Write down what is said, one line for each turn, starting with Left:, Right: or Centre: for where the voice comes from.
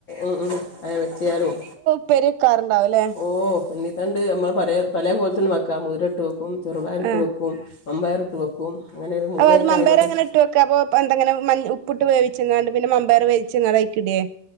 Left: ഉം അ പറ്റിയാലും
Right: ഉപെരിക്കാർ ഉണ്ടാവല്ലേ
Left: ഓഹ് ഉണ്ത്താണ്ട് നമ്മൾ പ പല കോലത്തിലും വെക്കാം മുതിര ഇട്ട് വെക്കും ചെറുപയ്രി ഇട്ട്
Right: ആഹ്
Left: വെക്കും മമ്പയർ ഇട്ട് വെക്കും അങ്ങനെ ഒരു മൂന്ന്
Right: അപ്പ
Left: ഐറ്റം
Right: മമ്പയർ
Left: ആയി
Right: അങ്ങനെ ട്ടൊക്ക അപ്പൊ എന്തങ്ങനെ മ ഉപ്പിട്ട് വേവിച്ചെങ്ങാണ്ട് പിന്നെമ്പാർ വേവിച്ചെങ്ങാ അയിക്കിടിയേ